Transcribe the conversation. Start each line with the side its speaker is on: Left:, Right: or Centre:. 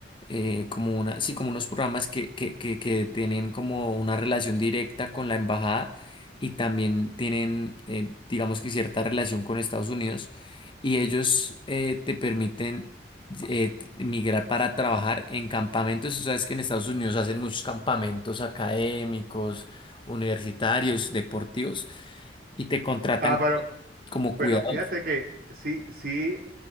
Left: eh, como una, sí, como unos programas que, que, que, que tienen como una relación directa con la embajada y también tienen, eh, digamos que cierta relación con Estados Unidos y ellos eh, te permiten eh, t- migrar para trabajar en campamentos. Tú sabes que en Estados Unidos hacen muchos campamentos académicos universitarios, deportivos, y te contratan
Right: Ah, pero
Left: como cuidador,
Right: Bueno, fíjate que sí, sí,